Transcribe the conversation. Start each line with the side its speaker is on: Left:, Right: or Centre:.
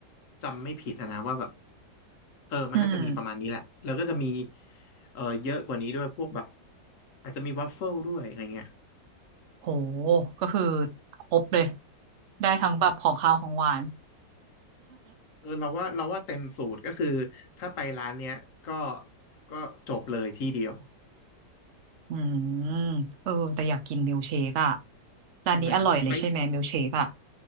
Left: จำไม่ผิดอะนะว่าแบบเออมันน่าจะมีประมาณนี้แหละแล้วก็จะมี
Right: อืม
Left: เออเยอะกว่านี้ด้วยพวกแบบอาจจะมีวัฟเฟิลด้วยอะไรเงี้ย
Right: โหก็คือครบเลยได้ทั้งแบบของคาวของหวาน
Left: เออเราว่าเราว่าเต็มสูตรก็คือถ้าไปร้านเนี้ยก็ก็จบเลยที่เดียว
Right: อืมเออแต่อยากกินมิลเชคอะ
Left: ใช่ไหมไป
Right: ร้านนี้อร่อยเลยใช่ไหมมิลเชคอะ